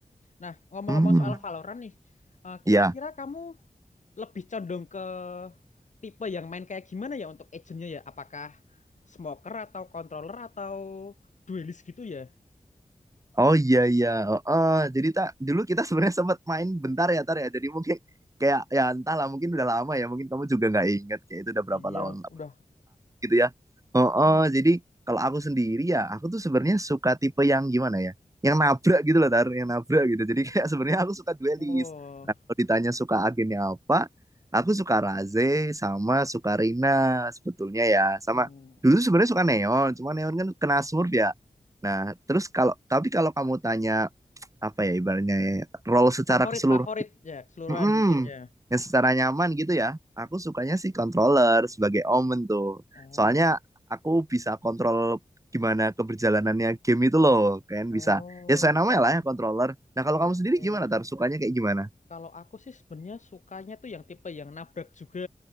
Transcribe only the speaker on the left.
Nah, ngomong-ngomong
soal Valorant nih, eh, kira-kira
kamu lebih condong ke tipe yang main kayak gimana ya untuk agentnya ya? Apakah smoker atau controller atau duelist gitu ya?
Oh,
iya,
udah.
Hmm.
Oh,
Hmm.
favorit
favorit ya keseluruhan
mungkin ya.
Oh,
oh,
oke
oke.
Kalau aku sih sebenarnya sukanya tuh yang tipe yang nabrak juga.